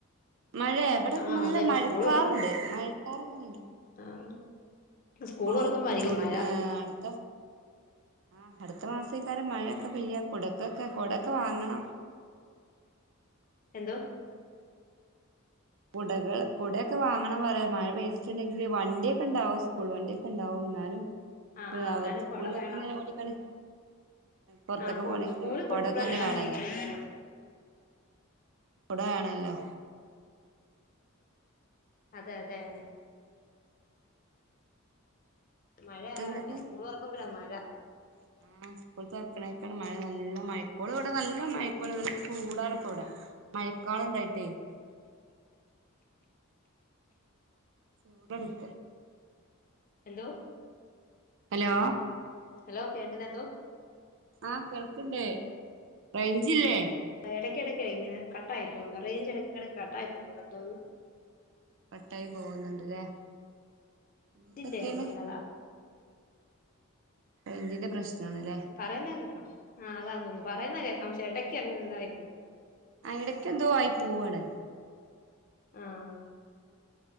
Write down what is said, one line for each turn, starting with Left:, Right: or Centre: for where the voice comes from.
Right: മഴെ ഇവിടെ
Left: ആഹ്
Right: നല്ല
Left: അത് തന്നെ
Right: മഴക്കാറ്ണ്ട്
Left: സ്കൂള് തുറക്കും
Right: മഴക്കാർ ഇങ്ങനണ്ട്
Left: ആഹ് സ്കൂള്
Right: ഇപ്പള്
Left: തുറക്കുമ്പായിരിക്കും
Right: ജൂണ്
Left: മഴ
Right: അടുത്ത ഉം അടുത്ത മാസേയ്ക്കാരം മഴയൊക്കെ പെയ്യ കുടക്കൊക്കെ കൊടൊക്കെ വാങ്ങണം
Left: എന്തോ
Right: കുടകൾ കുടയൊക്കെ വാങ്ങണം പറയാ മഴ പെയ്തിട്ടുണ്ടെങ്കിൽ വണ്ടിയൊക്കെ ഉണ്ടാവും സ്കൂൾ വണ്ടിയൊക്കെ ഉണ്ടാവും ഇന്നാലും
Left: ആഹ് ആഹ്
Right: അവര്
Left: എന്നാലും
Right: സ്കൂളിലൊക്കെ
Left: കൊട വേണം
Right: ഇങ്ങനെ ഓടിക്കളി പൊറ്ത്തൊക്കെ
Left: ആഹ്
Right: പോണെങ്കില്
Left: സ്കൂളിൽ കൊടുത്തു
Right: കൊടൊക്കെ
Left: വിടാൻ
Right: തന്നെ
Left: സമ്മതിക്കത്തില്ല
Right: വേണല്ലോ
Left: കൊട
Right: കൊട വേണല്ലോ
Left: അതെ അതെ അഹന്നെ മഴ
Right: <unintelligible>
Left: സ്കൂള് തുറക്കുമ്പഴാ മഴ
Right: ആ സ്കൂൾ തൊറ്ക്ക്ണേക്കാണ് മഴ നല്ല മൈക്കോള ഇവിടെ നല്ല മൈക്കോൾ നല്ല ചൂടാണ് ഇപ്പ ഇവിടെ മഴക്കാള്ണ്ടായിട്ടേ ചൂടെട്ക്കാ
Left: എന്തോ
Right: ഹലോ
Left: ഹലോ കേട്ടില്ലെന്തോ
Right: ആഹ് കേൾക്ക്ണ്ട് റേയ്ഞ്ചില്ലേ
Left: ഇടയ്ക്കിടയ്ക്കെ ഇങ്ങനെ കട്ടായി പോകുന്നു റെയ്ഞ്ച് ഇടക്കിടക്ക് കട്ടായി പോകുന്നുണ്ടെന്ന് തോന്നുന്നു
Right: കട്ടായി പോകുന്നുണ്ട്ല്ലേ പിന്നെ എന്തൊക്കെയാണ്
Left: ഇതിന്റെയാന്ന് തോന്നുന്നു അതാ
Right: റെയ്ഞ്ചിന്റെ പ്രശ്ണാണ്ല്ലേ
Left: പറയുന്ന കേൾക്കാം ആഹ് അതാ തോന്നുന്നു പറയുന്ന കേൾക്കാം പക്ഷേ ഇടക്ക് അങ്ങ് ഇതായിപ്പോവും
Right: ആഹ് ഇടക്ക് എന്തോ ആയി പോവാണ്
Left: ആഹ്